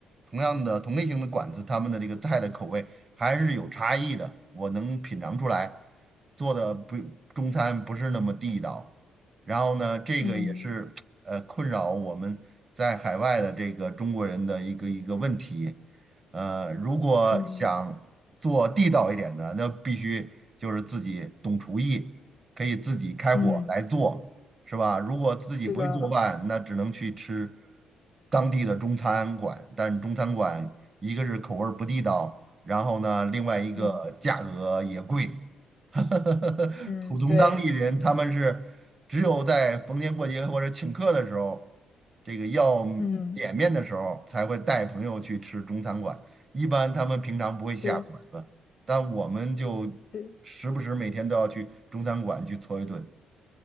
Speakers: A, on the right (about 35°); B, on the left (about 45°).
A: 同样的同类型的馆子，他们的这个菜的口味还是有差异的，我能品尝出来，做的不中餐不是那么地道。然后呢，这个也是呃困扰我们在海外的这个中国人的一个一个问题。
B: 嗯
A: 呃，如果想做地道一点的，
B: 嗯
A: 那必须就是自己懂厨艺，可以自己开火来做，
B: 嗯，
A: 是吧？如果自己不会做饭，
B: 是的，
A: 那只能去吃当地的中餐馆，但中餐馆一个是口味儿不地道，然后呢，另外一个价格也贵。
B: 嗯
A: <laughs>
B: 嗯对，
A: 普通当地人他们是。只有在逢年过节或者请客的时候，这个要脸面的时候，
B: 嗯
A: 才会带朋友去吃中餐馆。一般他们平常不会下馆子，
B: 是
A: 但我们就时不时每天都要去中餐馆去搓一顿。
B: 是，